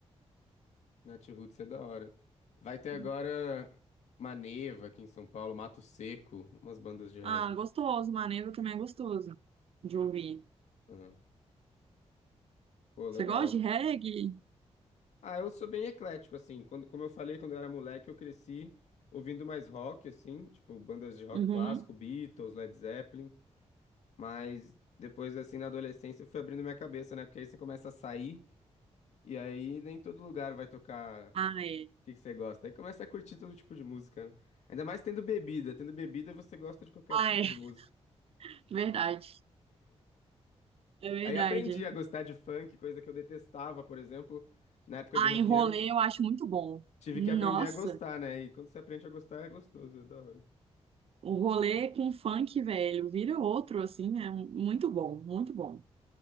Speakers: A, on the left; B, on the right.
A: Natiruts é da hora. Vai ter agora
B: <laughs>
A: Maneva aqui em São Paulo, Mato Seco, umas bandas de reggae.
B: Ah, gostoso, Maneva também é gostoso de ouvir.
A: Ah, Pô, legal.
B: Você gosta de reggae?
A: Ah, eu sou bem eclético, assim. Quando, como eu falei, quando eu era moleque, eu cresci ouvindo mais rock, assim, tipo bandas de rock
B: Uhum.
A: clássico, Beatles, Led Zeppelin. Mas depois, assim, na adolescência, eu fui abrindo minha cabeça, né? Porque aí você começa a sair e aí nem todo lugar vai tocar o
B: Ah, é.
A: que que você gosta. Aí começa a curtir todo tipo de música, né? Ainda mais tendo bebida. Tendo bebida, você gosta de qualquer
B: Ah,
A: tipo
B: é.
A: de música.
B: <laughs> Verdade. É verdade.
A: Aí aprendi a gostar de funk, coisa que eu detestava, por exemplo, na época
B: Ah,
A: de roqueiro.
B: em rolê eu acho muito bom.
A: Tive
B: Nossa,
A: que aprender a gostar, né? E quando você aprende a gostar, é gostoso, é da hora.
B: o rolê com funk, velho, vira outro, assim, é muito bom, muito bom.